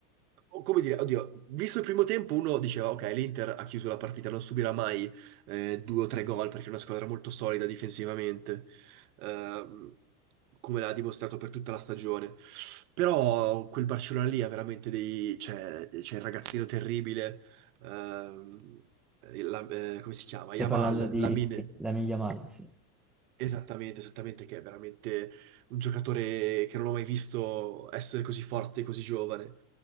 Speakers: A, on the right (about 60°); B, in the centre.
A: o come dire, oddio, visto il primo tempo uno diceva, ok, l'Inter ha chiuso la partita, non subirà mai eh, due o tre gol perché è una squadra molto solida difensivamente, ehm, come l'ha dimostrato per tutta la stagione. Però quel Barcellona lì ha veramente dei... c'è c'è il ragazzino terribile, ehm, la- eh, come si chiama?
B: Stai
A: Yamal,
B: parlando di
A: Lamine.
B: Lamine Yamal, sì.
A: Esattamente, esattamente, che è veramente un giocatore che non ho mai visto essere così forte e così giovane